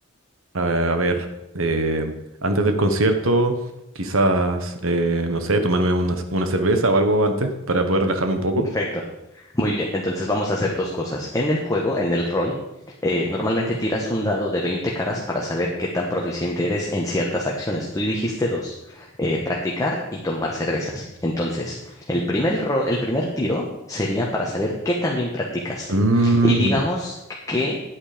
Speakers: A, on the right; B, on the left.
A: a ver, a ver, eh, antes del concierto, quizás, eh, no sé, tomarme una, una cerveza o algo antes para poder relajarme un poco.
B: Perfecto. Muy bien, entonces vamos a hacer dos cosas. En el juego, en el rol, eh, normalmente tiras un dado de 20 caras para saber qué tan proficiente eres en ciertas acciones. Tú dijiste dos, eh, practicar y tomar cervezas. Entonces, el primer ro- el primer tiro sería para saber qué tan bien practicaste.
A: Mm,
B: Y digamos que